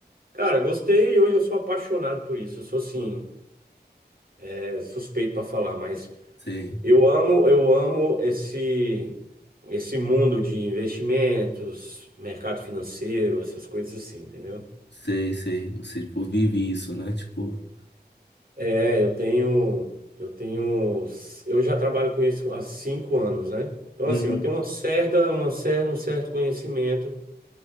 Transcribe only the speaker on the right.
cara, gostei e hoje eu sou apaixonado por isso. Eu sou assim, é, suspeito para falar, mas
eu amo, eu amo esse esse mundo de investimentos, mercado financeiro, essas coisas assim, entendeu?
É, eu tenho, eu tenho, eu já trabalho com isso há cinco anos, né? Então,
assim, eu tenho uma certa, uma certa, um certo conhecimento